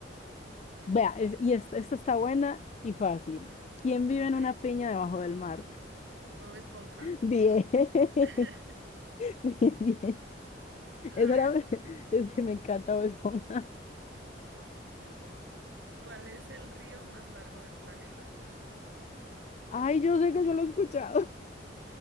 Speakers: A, on the left (about 40°); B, on the right (about 85°).
A: Vea, es- y esta, esta está buena y fácil. ¿Quién vive
B: Ok,
A: en una piña debajo del mar?
B: Bob Esponja.
A: <laughs> Bien, <laughs>
B: <laughs>
A: bien, bien.
B: A
A: Esa
B: ver,
A: era, <laughs> es que me encanta Bob Esponja.
B: ¿cuál es el río más largo del planeta?
A: Ay, yo sé que yo lo he escuchado.